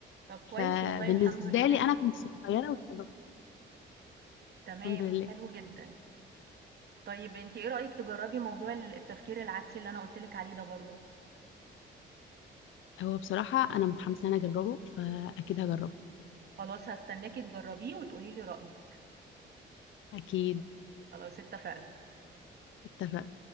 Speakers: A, on the right (about 55°); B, on the left (about 75°).
A: طب كويس
B: فبالنسبه
A: والله الحمد لله.
B: لي انا كنت صغيره واتخرجت
A: تمام،
B: الحمد لله
A: حلو جدًا. طيب أنتِ إيه رأيِك تجرّبي موضوع ال التفكير العكسي اللي أنا قُلت لِك عليه ده برضه؟
B: هو بصراحه انا متحمسه ان انا اجربه فاكيد هجربه
A: خلاص هاستناكِ تجرّبيه وتقولي لي رأيِك،
B: اكيد
A: خلاص اتفقنا.
B: اتفق